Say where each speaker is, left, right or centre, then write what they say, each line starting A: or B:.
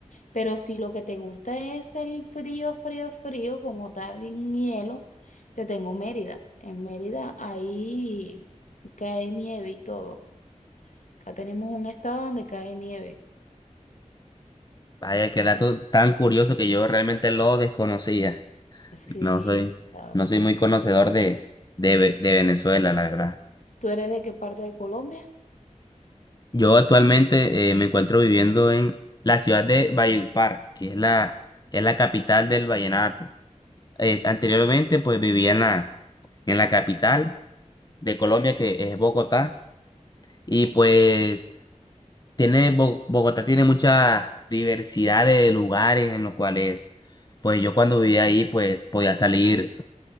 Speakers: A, on the left; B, on the left.
A: Pero si lo que te gusta es el frío, frío, frío, como tal, en hielo, te tengo Mérida. En Mérida ahí cae nieve y todo. Acá tenemos un estado donde cae nieve.
B: Vaya, qué
A: Ujú.
B: dato tan curioso que yo realmente lo desconocía.
A: Sí,
B: No soy,
A: el estado.
B: no soy muy conocedor de, de, Ve- de Venezuela, la verdad.
A: ¿Tú eres de qué parte de Colombia?
B: Yo actualmente eh, me encuentro viviendo en la ciudad de Valledupar, que es la, es la capital del vallenato. Eh, anteriormente,
A: Ujú.
B: pues vivía en la, en la capital de Colombia, que es Bogotá, y
A: Ok.
B: pues tiene, Bo- Bogotá tiene mucha diversidad de lugares en los cuales, pues yo cuando vivía ahí, pues podía salir,